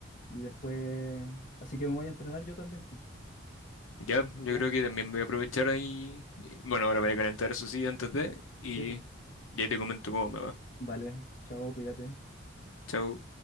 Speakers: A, on the left (about 40°); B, on the left (about 80°).
A: Y después, así que me voy a entrenar yo también, pues.
B: Ya, yo
A: ¿Ya?
B: creo que también voy a aprovechar ahí. y- Bueno, ahora voy a calentar, eso sí, antes de. Y
A: Sí, pues.
B: ya te comento cómo me va.
A: Vale, chao, cuídate.
B: Chao.